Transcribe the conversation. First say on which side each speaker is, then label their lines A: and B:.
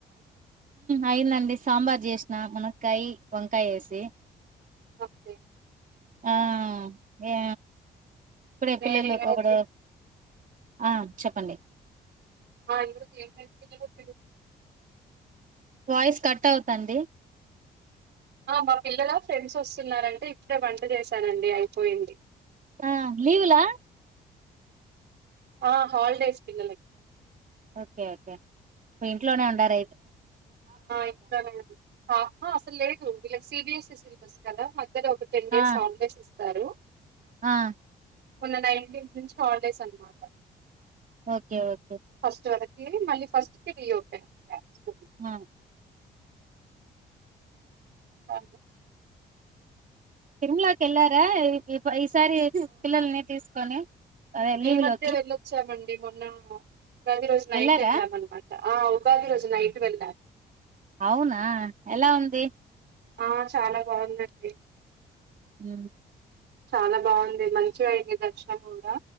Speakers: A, on the right; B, on the right.
A: అయిందండి సాంబార్ చేసిన మునక్కయ వంకాయ వేసి
B: వప్పే
A: ఆ ఏ ఇప్పుడే
B: నేను
A: పిల్లలుకోక్కడ
B: ఈరోజు
A: ఆ చెప్పండి
B: జ ఏ పిల్లుంటేకా
A: వాయిస్ కట్ అవుతండి
B: ఆ మా పిల్లలా ఫ్రెండ్స్ వస్తున్నారంటే ఇప్పుడే వంట చేసానండి అయిపోయింది
A: ఆ లలీవు్లా
B: ఆ హాలిడేస్ పిల్లలకి
A: కక ఇంట్లోనే ఉండార
B: ఇట్లానే అసలు లేదుీ సిబిఎస్ సిలబస్ కదా మధ్యలో ఒక టెన్
A: ఆ
B: డేస్ ఆంగ్ెస్ ఇస్తారు
A: ఆ
B: ఉన్న నైన్టీన్స్ నుంచి హాలిడేస్ అనమాట
A: ఓకే ఓకే
B: ఫస్ట్ వరకు మళ్ళీ ఫస్ట్ కి రీఓపెన్ స్కూల్.
A: ఆ
B: అ
A: తిమ్లాకి వెళ్లారా ఈసారి పిల్లల్ని తీసుకొని అదే
B: నీ
A: లీవ్
B: మధ్య
A: లోకి
B: వెళ్ళొచ్చామండి మొన్న ప్రది రోజు నైట్
A: వెళ్ళారా
B: వెళ్ళాం అన్నమాట ఆ గాది రోజు నైట్ వెళ్ల
A: అవునా ఎలా ఉంది
B: ఆ చాలా బాగుందడి
A: హ
B: చాలా బాగుంది మంచిగా అయింది దర్శనం కూడా